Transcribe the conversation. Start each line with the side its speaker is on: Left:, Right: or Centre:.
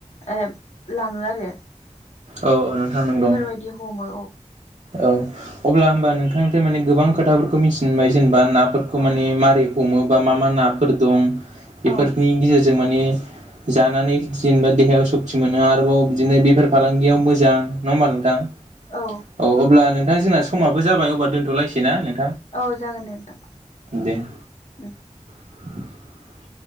Left: ओ लाङो आरो।
Right: औ औ नोंथां नोंगौ।
Left: बेफोरबायदि हमो
Right: औ अब्ला होमबा नोंथांनिफ्राय माने गोबां खोथाफोरखौ मिथिनो मोनबाय जेनेबा ना फोरखौ
Left: औ
Right: माने मारै हमो बा मा मा नाफोर दं बेफोरनि
Left: औ
Right: गेजेरजों माने जानानै जेनेबा देहायाव सक्ति मोनो आरोबाव बिदिनो बेफार फालांगियाव मोजां नङा होमबा नोंथां?
Left: औ
Right: औ अब्ला नोंथां जोंना समाबो जाबाय अब्ला दोनथ'लायसै ना नोंथां?
Left: औ जागोन दे नोंथां।
Right: दे <inaudible>